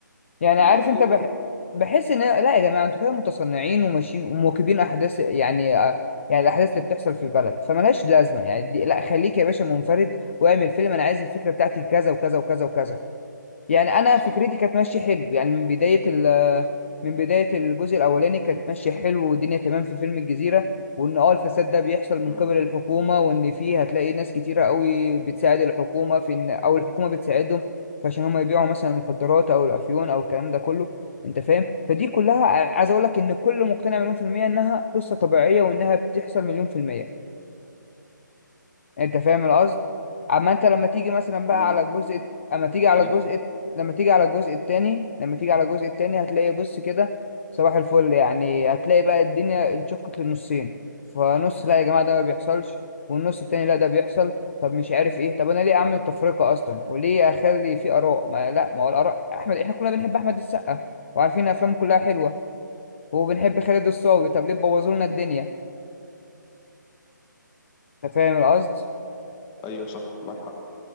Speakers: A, on the left (about 40°); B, on the left (about 15°).
A: يعني عارف
B: ده ليه
A: انت بح...
B: بقى
A: بحس ان لا يا جماعة انتوا كده متصنعين وماشيين ومواكبين احداث يعني آه، يعني الاحداث اللي بتحصل في البلد فملهاش لازمة يعني دي... لا خليك يا باشا منفرد واعمل فيلم انا عايز الفكرة بتاعتي كذا وكذا وكذا وكذا يعني انا
B: صح
A: فكرتي كانت ماشيه حلو يعني من بدايه ال من بدايه الجزء الاولاني كانت ماشيه حلو والدنيا تمام في فيلم الجزيره وان اه الفساد ده بيحصل من
B: امم
A: قبل الحكومه وان فيه هتلاقي ناس كتيره قوي بتساعد الحكومه في ان او الحكومه بتساعدهم فعشان هم يبيعوا مثلا المخدرات او الافيون او الكلام ده كله انت فاهم فدي كلها ع- عايز اقول لك ان كل مقتنع مليون في الميه انها قصه طبيعيه وانها بتحصل مليون في الميه انت فاهم القصد اما انت لما تيجي مثلا بقى
B: امم
A: على الجزء اما تيجي على
B: ايوه
A: الجزء لما تيجي على الجزء التاني لما تيجي على الجزء التاني هتلاقي بص كده صباح الفل يعني هتلاقي بقى الدنيا انشقت للنصين فنص لا يا جماعة ده ما بيحصلش والنص التاني لا ده بيحصل طب مش عارف ايه طب انا ليه اعمل تفرقة اصلا وليه اخلي في اراء ما لا ما هو الاراء احمد احنا كلنا بنحب احمد السقا وعارفين افلامه كلها حلوة وبنحب خالد الصاوي طب ليه بوظوا لنا الدنيا انت فاهم القصد
B: ايوه صح معاك حق